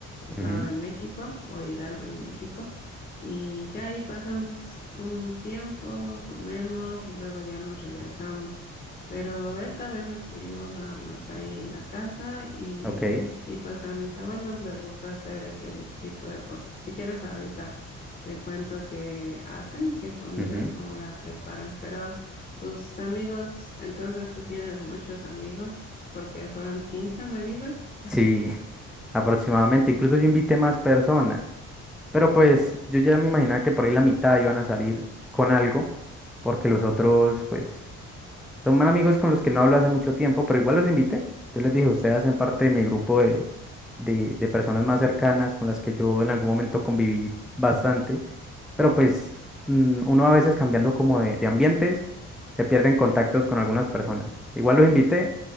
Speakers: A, on the left; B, in the centre.
A: Estado
B: ujú,
A: de México o Hidalgo y México. Y ya ahí pasamos un tiempo, comemos y luego ya nos regresamos. Pero esta vez estuvimos nada más ahí en la casa y,
B: ok.
A: y pues a mis abuelos les gusta hacer ese tipo de cosas. Si quieres ahorita te cuento qué hacen, qué comida
B: Ujú.
A: y cómo la preparan. Pero tus amigos, entonces tú tienes muchos amigos porque fueron quince me dices.
B: Sí, <laughs> aproximadamente. Incluso yo invité más personas. Pero pues yo ya me imaginaba que por ahí la mitad iban a salir con algo, porque los otros, pues. Son amigos con los que no hablo hace mucho tiempo, pero igual los invité. Yo les dije, ustedes hacen parte de mi grupo de, de, de personas más cercanas con las que yo en algún momento conviví bastante. Pero pues mm, uno a veces cambiando como de, de ambientes, se pierden contactos con algunas personas. Igual los invité,